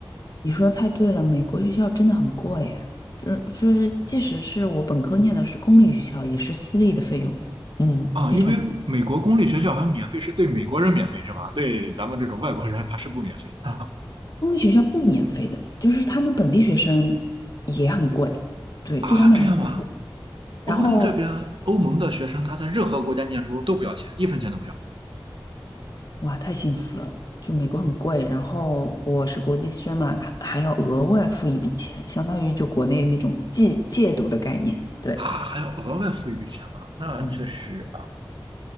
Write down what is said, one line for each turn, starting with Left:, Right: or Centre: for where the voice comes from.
Left: 你说的太对了，美国学校真的很贵耶，这就是即使是我本科念的是公立学校，也是私立的费用，嗯，
Right: 啊，
Left: 非常。
Right: 因为美国公立学校好像免费是对美国人免费是吗？对咱们这种外国人他是不免费的
Left: 公立学校不免费的，就是他们本地学生也很贵，对，
Right: 啊？
Left: 对他们来说，
Right: 这样吗？
Left: 然后
Right: 欧洲这边欧盟的学生他在任何国家念书都不要钱，一分钱都不要
Left: 哇，太幸福了，就美国很贵，然后我是国际生嘛，还还要额外付一笔钱，相当于就国内那种借借读的概念，对。
Right: 啊？还要额外付一笔钱吗？那确实，
Left: 嗯。